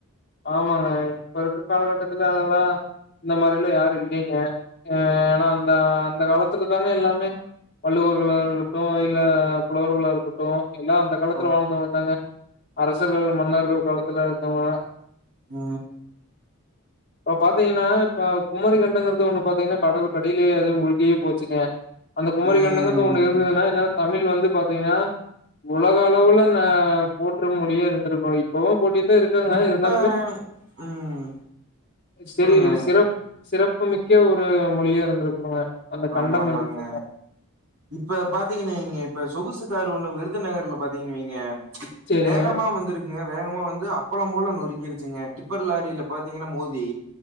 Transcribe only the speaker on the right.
ஆமா
உ
ம்
இப்ப
ம்
சொல்லுங்க
ஆமாமாங்க
இப்ப பாத்தீங்கனு வைங்க இப்ப சொகுசுக்காரு ஒண்ணு விருதுநகர்ல பாத்தீங்கன்னு வைங்க
வேகமா வந்திருக்குங்க வேகமா வந்து அப்பளோ போல நொறுங்கிருச்சுங்க டிப்பர் லாரில பாத்தீங்கன்னா மோதி